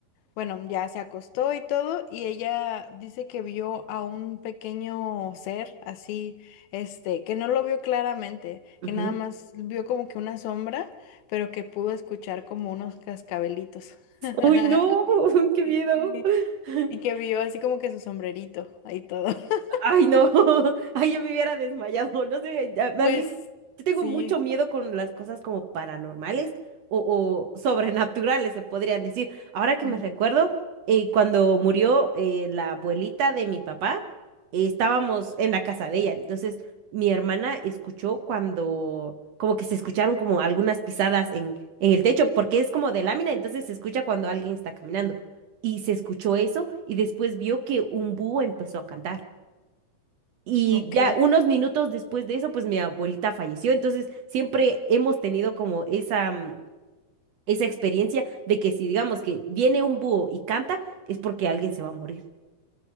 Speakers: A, on the left; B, on the right.
A: Bueno, ya se acostó y todo, y ella dice que vio a un pequeño ser así, este, que no lo vio claramente,
B: Ujú.
A: que nada más vio como que una sombra, pero que pudo escuchar como unos cascabelitos. <laughs>
B: ¡Uy, no! <laughs> ¡Qué miedo!
A: Sí.
B: <laughs>
A: Y que vio así como que su sombrerito ahí todo. <laughs>
B: Ay, no. <laughs> Ay, yo me hubiera desmayado. No sé, ya- a
A: Pues
B: mí yo tengo
A: sí.
B: mucho miedo con las cosas como paranormales o, o sobrenaturales, se podrían decir. Ahora que
A: ujú,
B: me recuerdo, eh, cuando murió eh, la abuelita de mi papá, eh, estábamos en la casa de ella. Entonces, mi hermana escuchó cuando, como que se escucharon como algunas pisadas en, en el techo, porque es como de lámina, entonces se escucha cuando alguien está caminando. Y se escuchó eso y después vio que un búho empezó a cantar. Y
A: Ok.
B: ya unos minutos después de eso, pues mi abuelita falleció. Entonces siempre hemos tenido como esa, mm, esa experiencia de que si digamos que viene un búho y canta, es porque alguien se va a morir.